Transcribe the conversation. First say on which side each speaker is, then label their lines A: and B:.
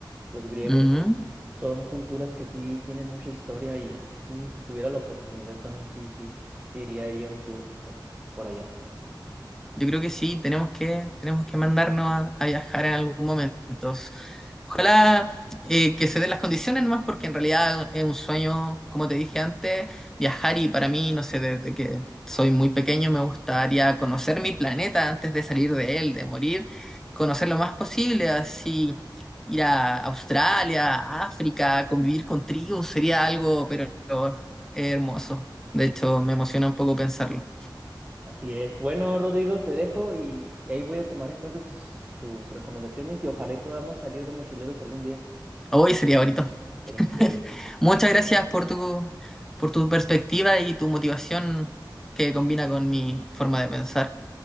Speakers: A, on the right; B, in the centre.
A: los griegos,
B: Ujú.
A: son culturas que sí tienen mucha historia y que sí, si tuviera la oportunidad también sí, sí, sí iría, iría un tour eh, por allá.
B: Yo creo que sí, tenemos que, tenemos que mandarnos a, a viajar en algún momento. Ojalá eh, que se den las condiciones nomás, porque en realidad es un sueño, como te dije antes, viajar y para mí, no sé, desde que soy muy pequeño me gustaría conocer mi planeta antes de salir de él, de morir, conocer lo más posible, así ir a Australia, a África, convivir con tribus, sería algo, pero hermoso. De
A: Sí,
B: hecho,
A: sí.
B: me emociona un poco pensarlo.
A: Así es. Bueno, Rodrigo, te dejo y ahí voy a tomar en cuenta tus, tus recomendaciones y ojalá y podamos salir de mochileros algún día.
B: Hoy sería bonito. <laughs>
A: Sería increíble.
B: Muchas gracias por tu, por tu perspectiva y tu motivación que combina con mi forma de pensar.